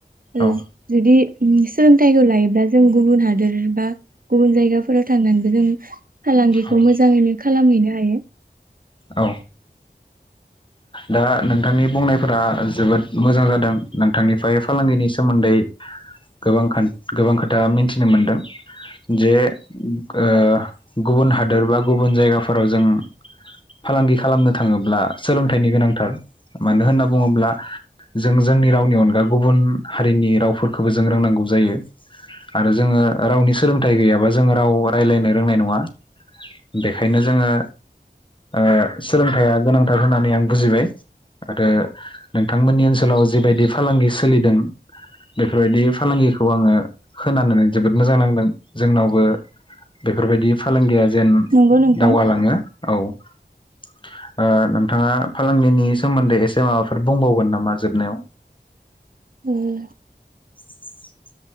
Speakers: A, on the right; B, on the left.
A: उम
B: औ
A: जुदि उम सोलोंथाइखौ लायोब्ला जों गुबुन हादोर बा गुबुन जायगाफोराव थांनानैबो जों फालांगिखौ
B: औ
A: मोजाङैनो खालामहैनो हायो।
B: औ दा नोंथांनि बुंनायफोरा जोबोद मोजां जादों नोंथांनिफ्राय फालांगिनि सोमोन्दै गोबां गोबां खोथा मिथिनो मोनदों जे ओ गुबुन हादोर बा गुबुन जायगाफोराव जों फालांगि खालामनो थाङोब्ला सोलोंथाइनि गोनांथार । मानो होनना बुङोब्ला जों जोंनि रावनि अनगा गुबुन हारिनि रावफोरखौबो जों रोंनांगौ जायो आरो जोङो रावनि सोलोंथाइ गैयाबा जोङो राव रायज्लायनो रोंनाय नङा बेखायनो जोङो ओ सोलोंथाइया गोनांथार होननानै आं बुजिबाय। आरो नोंथां बिथांमोननि ओनसोलाव जिेबायदि फालांगि सोलिदों बेफोरबायदि फालांगिखौ आङो खोनानानै जोबोद मोजां नांदों जोंनावबो बेफोरबायदि फालांगिया जेन
A: नंगौ नोंथां
B: दावगालाङो औ। ओ नोंथाङा फालांगिनि सोमोन्दै एसे माबाफोर बुंबावगोन नामा जोबनायाव
A: उम।
B: <inaudible>